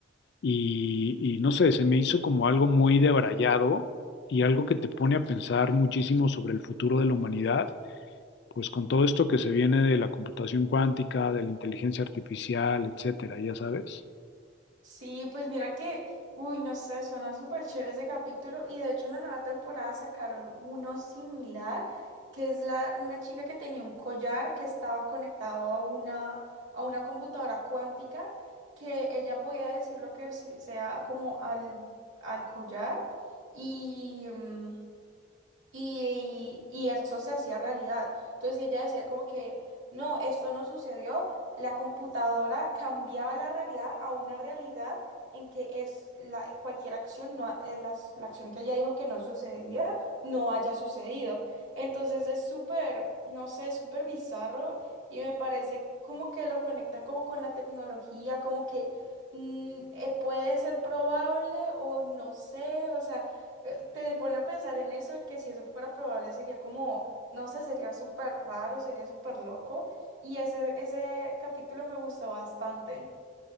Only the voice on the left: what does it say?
Y, y no sé, se me hizo como algo muy debrayado y algo que te pone a pensar muchísimo sobre el futuro de la humanidad, pues con todo esto que se viene de la computación cuántica, de la inteligencia artificial, etcétera, ya sabes.